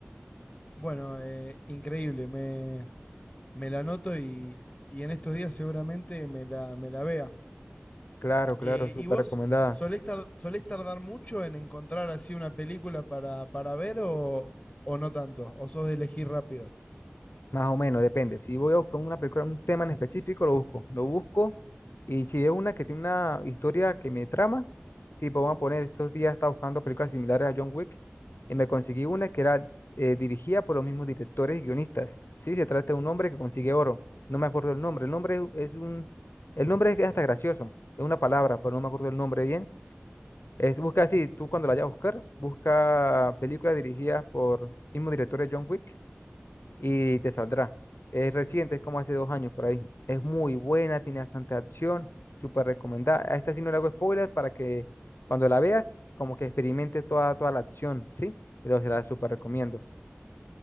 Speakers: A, on the left; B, on the left.
A: Bueno, eh, increíble, me, me la anoto y, y en estos días seguramente me la, me la vea.
B: Claro, claro,
A: Eh,
B: súper
A: ¿y vos
B: recomendada.
A: solés, tar- solés tardar mucho en encontrar así una película para, para ver o, o no tanto? ¿O sos de elegir rápido?
B: Más o menos, depende. Si voy a buscar una película, un tema en específico, lo busco. Lo busco. Y si es una que tiene una historia que me trama, tipo, vamos a poner, estos días estaba buscando películas similares a John Wick y me conseguí una que era eh, dirigida por los mismos directores y guionistas. Sí, se trata de un hombre que consigue oro. No me acuerdo el nombre. El nombre es es un... El nombre es hasta gracioso. Es una palabra, pero no me acuerdo el nombre bien. Es, busca así, tú cuando la vayas a buscar, busca películas dirigidas por mismo director de John Wick y te saldrá. Es reciente, es como hace dos años por ahí. Es muy buena, tiene bastante acción, súper recomendada. A esta sí no le hago spoiler para que cuando la veas, como que experimente toda, toda la acción, ¿sí? Pero se la súper recomiendo.